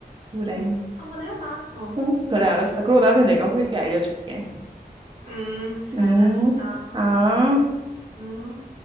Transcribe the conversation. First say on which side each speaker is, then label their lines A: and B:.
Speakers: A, on the right; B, on the right.
A: 그래.
B: 응. 한번 해봐. 어.
A: 응? 그래, 알았어. 그리고 나중에 내가 후기
B: 음.
A: 때 알려줄게.
B: 음,
A: 음,
B: 알았어.
A: 아.
B: 음, 음.